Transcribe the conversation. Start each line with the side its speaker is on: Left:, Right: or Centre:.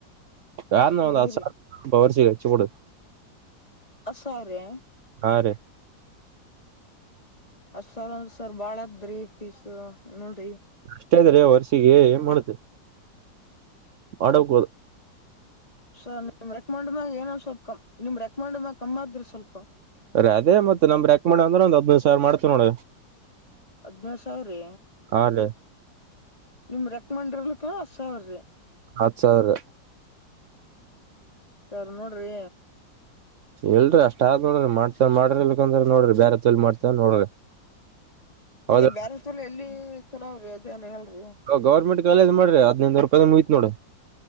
Right: ಯಾರನ
Left: ಹ್ಞೂ
Right: ಒಂದ ಹತ್ತ
Left: ರೀ
Right: ಸಾವಿರ ಕೋರ್ಸಿಗಿ ಹಚ್ಚಿಬಿಡು
Left: ಹತ್ತ ಸಾವಿರ ರ್ಯಾ
Right: ಹಾ ರೀ
Left: ಹತ್ತ ಸಾವಿರ ಅಂದ್ರ ಸರ್ ಬಾಳ ಆತದ್ರಿ ಫೀಸ್ ನೋಡ್ರಿ
Right: ಅಷ್ಟೇ ಆದ ರಿ ವರ್ಷಿಗೆ ಏನ ಮಾಡೋದು ತೊಡೆಕೂಡು
Left: ಸರ್ ನಿಮ್ ರೆಕಮಂಡ್ ಮ್ಯಾಗ ಏನ ಸ್ವಲ್ಪ ಕ ನಿಮ್ ರೆಕಮಾಂಡ್ ಮ್ಯಾಗ ಕಮ್ಮ ಆಕದ್ರಿ ಸ್ವಲ್ಪ
Right: ಅ ಅದೇ ಮತ್ತ ನಮ ರೆಕ್ಮ್ಯಾಂಡ್ ಅಂದ್ರ ಒಂದ್ ಹಡನೈದು ಸಾವಿರ ಮಾಡ್ತತಿ ನೋಡ
Left: ಹದನೈದು ಸಾವಿರೀ
Right: ಹಾ ರೀ
Left: ನಿಮ ರೆಕ್ಮಂಡರ್ಲಿಕ್ಕ ಹತ್ತ ಸಾವಿರ ರೀ
Right: ಹತ್ ಸಾವಿರ
Left: ಸರ್ ನೋಡ್ರಿ
Right: ಇಲ್ರಿ ಅಷ್ಟ ಆಗ್ ನೋಡ್ರಿ ಮಾಡ್ತವ ಮಾಡ್ರಿ ಇಲ್ಕಂದ್ರ ನೋಡ್ರಿ ಬೇರೆ ಹತ್ಲಿ ಮಾಡ್ತವ ನೋಡ್ರಿ
Left: ಅದೇ
Right: ಹೌದ
Left: ಬೇಾರ ಚಲ ಎಲ್ಲಿ ಚಲ ಅವ್ರಿ ಅದೇಲ್ಲ ಹೇಳ್ರಿ
Right: ಗೌರ್ಮಂಟ್ ಕಾಲೇಜ ಮಾಡ್ರ ಹದ್ೈಂದು ರೂಪಾಯ ಮುಯ್ತ್ ನೋಡು